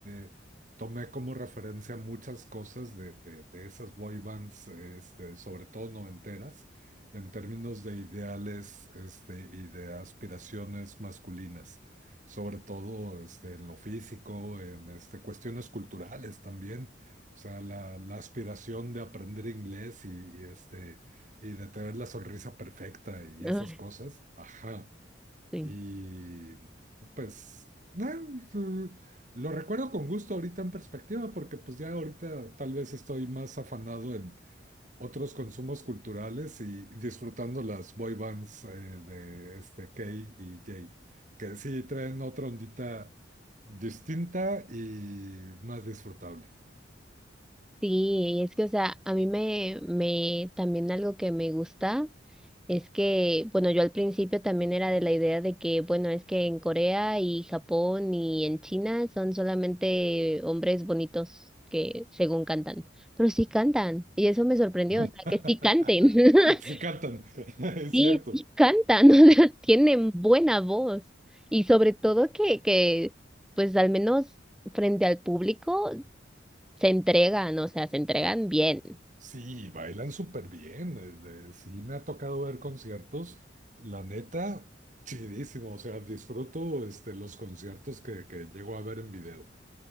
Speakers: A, on the right; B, in the centre.
A: eh, tomé como referencia muchas cosas de, de- de esas boy bands, este, sobre todo noventeras, en términos de ideales, este, y de aspiraciones masculinas, sobre todo, este, en lo físico, en, este, cuestiones culturales también, o sea, la, la aspiración de aprender inglés y, y, este, y de tener la sonrisa perfecta y
B: Ah,
A: esas cosas, ajá.
B: sí.
A: Y pues nah, eh, lo recuerdo con gusto ahorita en perspectiva, porque pues ya ahorita tal vez estoy más afanado en otros consumos culturales y disfrutando las boy bands eh, de este K y J, que sí traen otra ondita distinta y más disfrutable.
B: Sí, es que, o sea, a mí me, me, también algo que me gusta es que, bueno, yo al principio también era de la idea de que, bueno, es que en Corea y Japón y en China son solamente hombres bonitos que según cantan, pero sí cantan, y eso me sorprendió,
A: <laughs>
B: o sea, que sí canten, <laughs>
A: Sí cantan, <laughs> es
B: sí,
A: cierto.
B: sí cantan, <laughs> o sea, tienen buena voz, y sobre todo que, que, pues al menos frente al público Se entregan, o sea, se entregan bien.
A: Sí, bailan súper bien. eh, eh, Sí, me ha tocado ver conciertos. La neta, chidísimo. O sea, disfruto este, los conciertos que, que llego a ver en video.